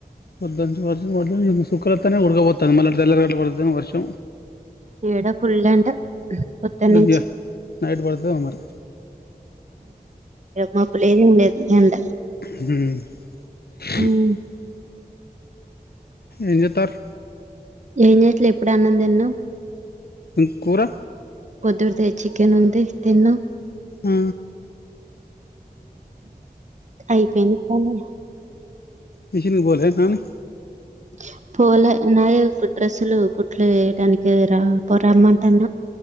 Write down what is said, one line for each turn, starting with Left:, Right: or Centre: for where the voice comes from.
Left: వదంటే వద్దు వద్దు ఏమో సుక్కలతన్నాయి ఉుడుగబోతది మళ్ళా తెల్లార్ధనక పడుతదేమో వర్షం
Right: ఇడా ఫుల్లేట పోదనూచి
Left: ఇగ నైట్ పడుతదేమో మరి
Right: ఉ మబ్బులేం లేదు ఎండ
Left: <unintelligible>
Right: ఉమ్
Left: ఎంజేతరు
Right: ఏం చేయట్లే ఇప్పుడు అన్నం తిన్న
Left: ఏ కూరా
Right: పొద్దుడిదే చికెన్ ఉంది తిన్న
Left: ఆ
Right: అయిపోయింది పని
Left: మిషినికి బోలే నాని
Right: <inaudible> పోలే నాయే డ్రెస్సులు కుట్లు వేయడానికి రా పో రమ్మంటన్నా